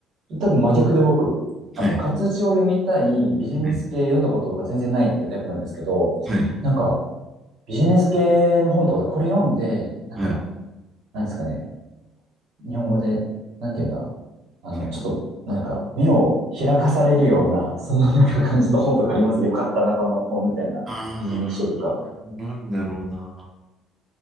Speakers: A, on the right; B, on the right.
A: 多分真逆で僕、あの、
B: はい。
A: 活字を読みたい、ビジネス系読んだことが全然ないっていうタイプなんですけど、
B: はい。はい。
A: なんか、ビジネス系の本とかでこれ読んで、なんか、
B: はい。
A: なんですかね、日本語で、なんていうんだ、あの、
B: はい
A: ちょっと、なんか、目を開かされるような、そんななんか感じた本とかありますよかったな、この本みたいなビジネス書とか。
B: ああ、なんだろうな。